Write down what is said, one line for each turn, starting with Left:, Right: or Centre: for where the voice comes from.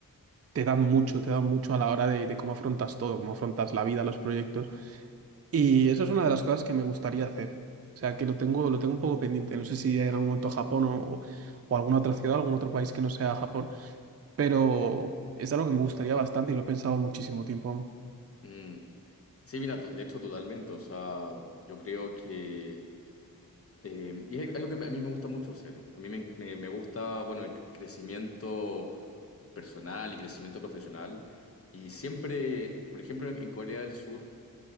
Right: te dan mucho, te dan mucho a la hora de, de cómo afrontas todo, cómo afrontas la vida, los proyectos. Y eso es una de las cosas que me gustaría hacer. O sea, que lo tengo, lo tengo un poco pendiente. No sé si en algún momento Japón o, o alguna otra ciudad, algún otro país que no sea Japón. Pero es algo que me gustaría bastante y lo he pensado muchísimo tiempo. <laughs>
Left: Mm. Sí, mira, to- de hecho, totalmente. O sea, yo creo que... eh, y es algo que me- a mí me gusta mucho hacer. A mí me, enc- me- me gusta, bueno, el crecimiento personal y crecimiento profesional. Y siempre, por ejemplo, en en Corea del Sur...